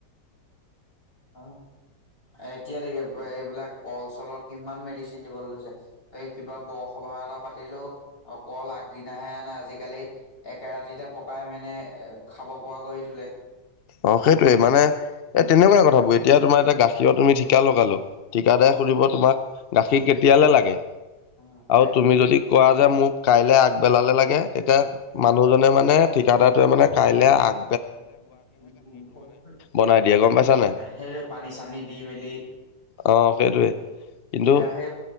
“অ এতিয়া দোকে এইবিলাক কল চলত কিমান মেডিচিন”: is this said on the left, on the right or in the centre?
Left